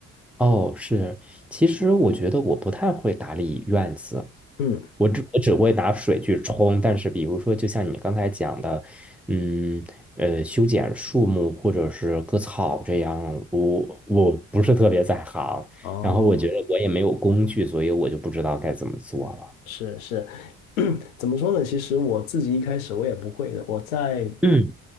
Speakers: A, in the centre; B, on the left.
A: 哦，是，其实我觉得我不太会打理院子，
B: 嗯。
A: 我只我只会拿水去冲，但是比如说，就像你刚才讲的，嗯，呃，修剪树木或者是割草这样，我我不是特别在行，
B: 哦，
A: 然后我觉得我也没有工具，所以我就不知道该怎么做了。
B: 是是，<clears throat> 怎么说呢？其实我自己一开始我也不会的，我在
A: 嗯